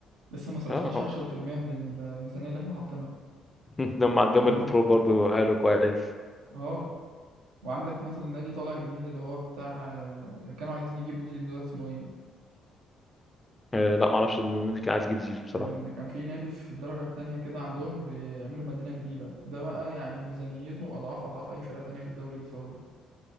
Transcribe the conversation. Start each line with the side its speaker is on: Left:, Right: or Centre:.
Right: لسه ما صرفناش
Left: اه
Right: 10% من الميزانية اللي احنا حاطينها
Left: <laughs> ده هم عندهم
Right: فاهمني
Left: البترول برضو حاله كويس
Right: اه وعندك مثلا نادي طالع جديد اللي هو بتاع آه، اللي كانوا عايزين يجيبوا زيزو ده اسمه ايه
Left: آه لا معرفش النادي كان عايز يجيب زيزو بصراحة
Right: كان كان في نادي في الدرجة التانية كده عندهم بيعملوا مدينة جديدة ده بقى يعني ميزانيته أضعاف أضعاف أي فرقة تانية في الدوري السعودي